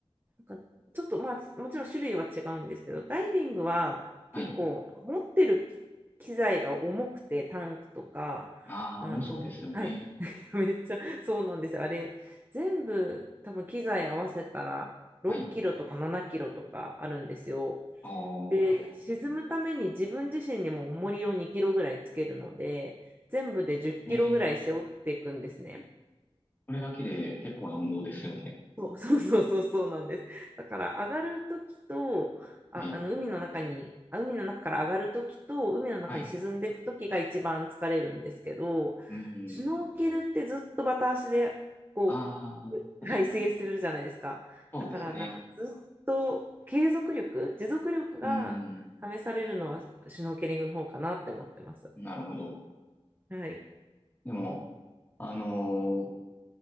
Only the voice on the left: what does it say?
はい。
ああ、
もうそうですよね。
はい。ああ、
ええこれだけで結構な運動ですよね。
はい。
はい。うーん。
ああ、
確かに。
そうですね。
うーん。なるほど。
でも、あのー